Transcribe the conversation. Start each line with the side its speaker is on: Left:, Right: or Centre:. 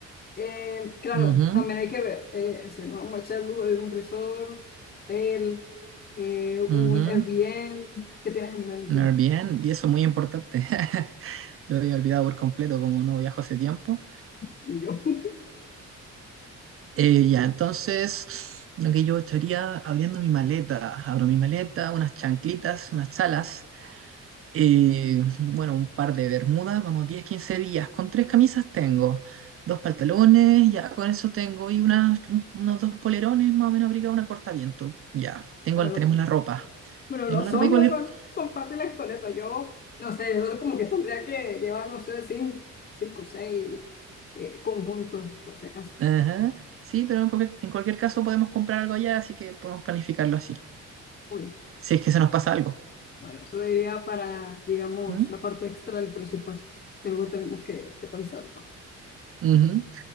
Left: Eh, claro,
Right: Ujú,
Left: también hay que ver, eh, si nos vamos a echar el lujo de ir a un resort, hotel, eh, un
Right: ujú.
Left: Airbnb, ¿qué tienes en mente?
Right: Un Airbnb, y eso es muy importante. <laughs> Lo había olvidado por completo, como no viajo hace tiempo.
Left: Y yo, <laughs>
Right: Eh, ya, entonces, lo que yo estaría abriendo mi maleta, abro mi maleta, unas chanclitas, unas chalas, eh, bueno, un par de bermudas, vamos, 10 15 días, con tres camisas tengo, dos pantalones, ya con eso tengo, y unas, un- unos dos polerones más o menos abrigados, una cortaviento, ya, tengo,
Left: bueno, los
Right: tenemos la ropa,
Left: Bueno,
Right: tenemos
Left: los
Right: la ropa
Left: hombres
Right: igual
Left: son,
Right: que...
Left: son fáciles con eso. Yo, no sé, yo como que tendría que llevar, no sé, cin- cinco o seis eh, conjuntos, por si acaso.
Right: Ajá, sí, pero en cualquier, en cualquier caso podemos comprar algo allá, así que podemos planificarlo así,
Left: Uy,
Right: si es que se nos pasa algo.
Left: bueno, eso diría para, digamos,
Right: ¿Mm?
Left: la parte extra del presupuesto, que luego tenemos que, que pensarlo.
Right: Ujú.